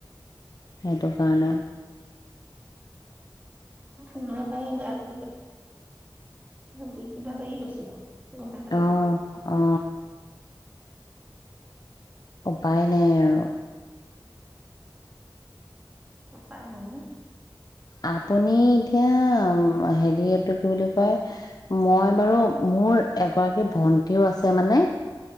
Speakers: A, on the left; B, on the right.
A: এইটো কাৰণ
B: উম শুন পে গটো বি কিবা লাগি গৈছে বাৰু গম পাইছা ন
A: অ অ উপায় নাই আৰু
B: উপায় ন ন
A: আপুনি এতিয়া হেৰি এইটো কি বুলি কয় মই বাৰু মোৰ এগৰাকী ভন্টিও আছে মানে